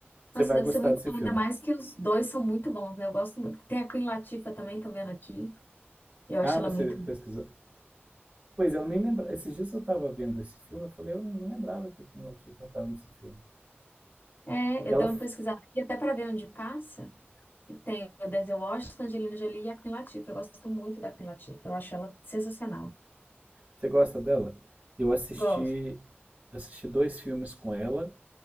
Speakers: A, on the right (about 40°); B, on the left (about 50°).
A: Você
B: Nossa,
A: vai
B: deve
A: gostar
B: ser muito
A: desse
B: bom,
A: filme.
B: ainda mais que os dois são muito bons, né? Eu gosto muito. Tem a Queen Latifah também, tô vendo aqui. Eu acho
A: Ah,
B: ela
A: você
B: muito.
A: pesquisou? Pois é, eu nem lembrava. Esses dias eu estava vendo esse filme, eu falei, eu não lembrava que Queen Latifah estava nesse filme.
B: É,
A: Ela,
B: eu dei uma pesquisada aqui até para ver onde passa. E tem o Denzel Washington, Angelina Jolie e a Queen Latifah. Eu gosto muito da Queen Latifah. Eu acho ela sensacional.
A: você gosta dela? Eu assisti,
B: Gosto.
A: assisti dois filmes com ela